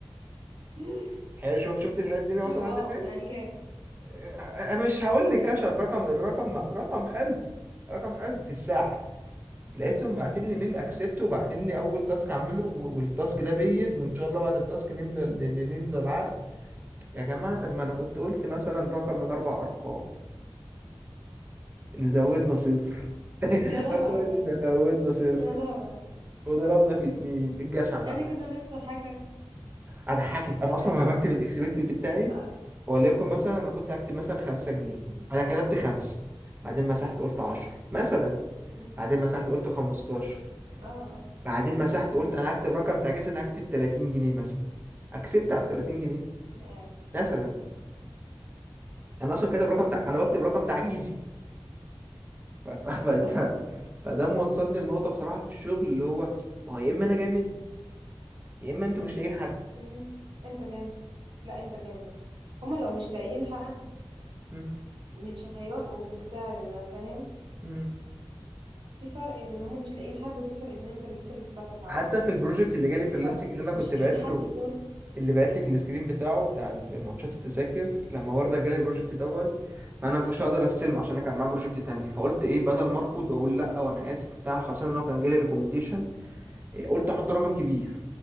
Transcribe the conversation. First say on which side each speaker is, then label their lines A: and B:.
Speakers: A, on the right; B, on the right.
A: <laughs>
B: حلو شوف شفت الح- الدنيا واصله
A: واو
B: لحد فين
A: يعني كام
B: آه، مش هقول لك
A: كام
B: كشف
A: مثلا
B: رقم الرقم رقم حلو رقم حلو في الساعه لقيتهم
A: مم.
B: باعتين لي ميل
A: <laughs>
B: اكسبت وباعتين لي اول تاسك اعمله و- والتاسك ده بيد وان شاء الله بعد التاسك نملى ن- ن- نملى العقد يا جماعه طب ما انا كنت قلت مثلا رقم من اربع ارقام إن زودنا صفر <laughs>
A: يا لهوي
B: كنا
A: على الجشع
B: زودنا صفر
A: يا لهوي على الجشع
B: وضربنا في اتنين الجشع بقى
A: يعني كنا هنخسر حاجة
B: اضحكك انا
A: جشع
B: اصلا وانا
A: بقى
B: بكتب الاكسبكتد بتاعي
A: لا لا
B: وليكن مثلا انا كنت هكتب مثلا خمسة جنيه
A: أمم،
B: انا كتبت خمسة بعدين مسحت قلت عشر مثلا
A: أمم.
B: بعدين مسحت قلت خمستاشر
A: اه اه
B: بعدين مسحت
A: أمم.
B: قلت انا هكتب رقم تعجيزي انا هكتب 30 جنيه مثلا اكسبت على 30 جنيه
A: يا
B: مثلا انا اصلا كاتب رقم تع... انا
A: يا
B: بكتب رقم تعجيزي ف... ف... ف...
A: أيوة
B: ف...
A: فاهمة قصدك
B: فده موصلني لنقطة بصراحة في الشغل اللي هو ما هو يا اما انا جامد يا اما انتوا مش لاقيين حد
A: مم. أنت جامد لا أنت جامد هما لو مش لاقيين حد
B: مم.
A: مش هيوافقوا بالسعر ده فاهم
B: مم.
A: في فرق بين هما مش لاقيين حد وفي فرق بين انت السكيلز بتاعتك عالية
B: حتى في البروجكت اللي جالي
A: في
B: فريلانسنج
A: فرق
B: اللي انا كنت
A: مش
B: بعت
A: لاقيين حد
B: له
A: دول
B: اللي بعت لك السكرين بتاعه بتاع الماتشات التذاكر لما ورده جالي البروجكت دوت فانا ما كنتش هقدر استلم عشان انا كان معايا بروجكت تاني فقلت ايه بدل ما ارفض واقول لا وانا اسف بتاع خاصه ان هو كان جالي ريكومنديشن قلت احط رقم كبير